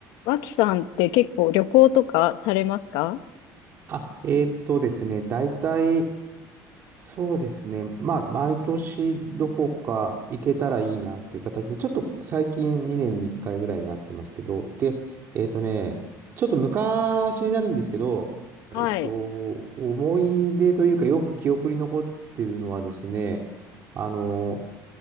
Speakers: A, on the left; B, on the right.
A: 脇さんって結構旅行とかされますか
B: あ、えーっとですね、大体、そうですね、まあ、毎年どこか行けたらいいなっていう形で、ちょっと最近2年に1回ぐらいになってますけど、で、えーっとね、ちょっと昔になるんですけど、
A: はい。
B: えーっと、思い出というか、よく記憶に残ってるのはですね、あの、